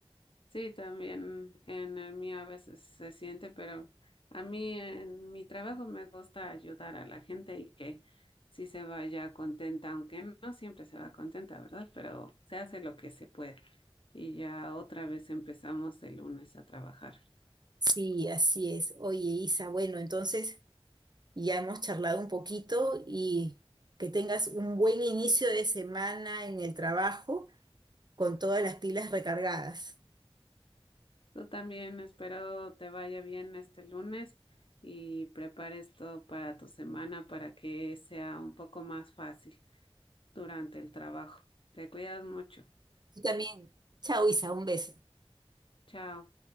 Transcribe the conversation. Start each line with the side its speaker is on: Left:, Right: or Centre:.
Left: Sí, también en el mío a veces se siente, pero a mí en mi trabajo me gusta ayudar a la gente y que sí se vaya contenta, aunque no siempre se va contenta, ¿verdad? Pero se hace lo que se puede. Y ya otra vez empezamos el lunes a trabajar.
Right: Sí, así es. Oye, Isa, bueno, entonces ya hemos charlado un poquito y que tengas un buen inicio de semana en el trabajo con todas las pilas recargadas.
Left: Tú también espero te vaya bien este lunes y prepares todo para tu semana para que sea un poco más fácil durante el trabajo. Te cuidas mucho.
Right: Tú también. Chao, Isa, un beso.
Left: Chao.